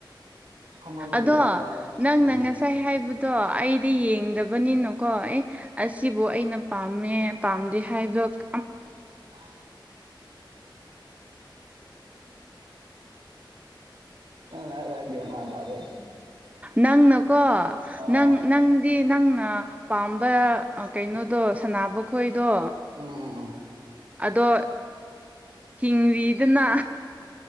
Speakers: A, on the right; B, on the right.
A: ꯐꯝꯃꯝꯕꯒꯤ
B: ꯑꯗꯣ
A: ꯋꯥꯕ
B: ꯅꯪꯅ
A: ꯎꯝ
B: ꯉꯁꯥꯏ ꯍꯥꯏꯕꯗꯣ ꯑꯩꯗꯤ ꯌꯦꯡꯗꯕꯅꯤꯅꯀꯣ ꯑꯦ ꯑꯁꯤꯕꯨ ꯑꯩꯅ ꯄꯥꯝꯃꯦ ꯄꯥꯝꯗꯦ ꯍꯥꯏꯕꯗꫭ
A: <inaudible> ꯅꯪꯅ ꯍꯥꯏꯗꫭ ꯑꯩ ꯒꯤꯌꯟ ꯃꯥꯥꯟ ꯇꯥꯗꯦ
B: ꯅꯪꯅꯀꯣ
A: ꯑꯣ ꯑꯣ
B: ꯅꯪ ꯅꯪ ꯗꯤ ꯅꯪꯅ ꯄꯥꯝꯕ ꯀꯩꯅꯣꯗꯣ ꯁꯅꯕ ꯈꯣꯏꯗꯣ
A: ꯎꯝ ꯎꯝ ꯎꯝ
B: ꯑꯗꯣ ꯍꯤꯡꯔꯤꯗꯅ